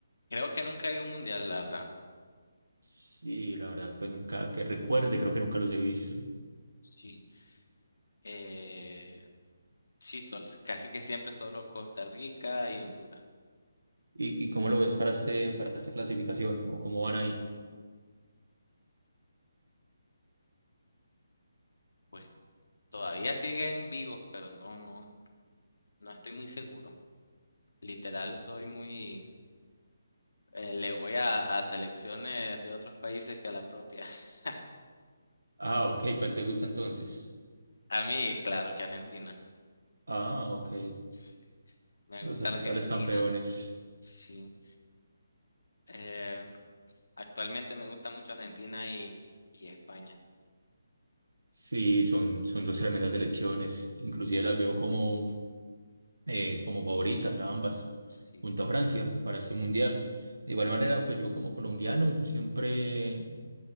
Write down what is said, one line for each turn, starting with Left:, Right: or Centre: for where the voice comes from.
Left: creo que nunca hay un mundial, la verdad.
Right: Sí, la verdad, pues nunca que recuerde, creo que nunca los he visto.
Left: Sí. Eh, sí, sol- casi que siempre solo Costa Rica y Honduras.
Right: ¿Y, y cómo lo ves para este, para esta clasificación? ¿O cómo van ahí?
Left: Pues todavía siguen vivos, pero no, no, no estoy muy seguro. Literal, soy muy, eh, le voy a, a selecciones de otros países que a la propia. <laughs>
Right: Ah, ok, ¿cuál te gusta entonces?
Left: A mí, claro que Argentina.
Right: Ah, ok,
Left: Sí, Me
Right: los
Left: gusta
Right: actuales
Left: Argentina.
Right: campeones.
Left: Sí. Eh, actualmente me gusta mucho Argentina y, y España.
Right: Sí, son, son dos tremendas selecciones. Inclusive las veo como, eh, como favoritas a ambas,
Left: Sí.
Right: junto a Francia, para este mundial. De igual manera, pues yo como colombiano, yo siempre,